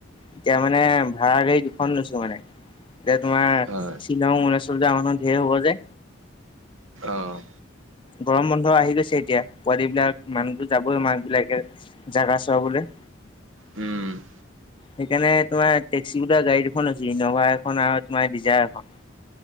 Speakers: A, on the left; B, on the right.
A: এতিয়া মানে ভাড়া গাড়ী দুখন লৈছো মানে এতিয়া তোমাৰ
B: হয়
A: শ্বিলং ওলাইছ মানুহ ধেৰ হ'ব যে
B: অঁ
A: গৰম বন্ধ আহি গৈছে এতিয়া পোৱালিব বিলাক মানুহবোৰ যাবই মাক বিলাকে জোগা চৰাবলৈ
B: উম
A: সেইকাৰণে তোমাৰ টেক্সি বো গাড়ী দুখন হৈছে ইনভা এখন আৰু তোমাৰ ডিজাৰ এখন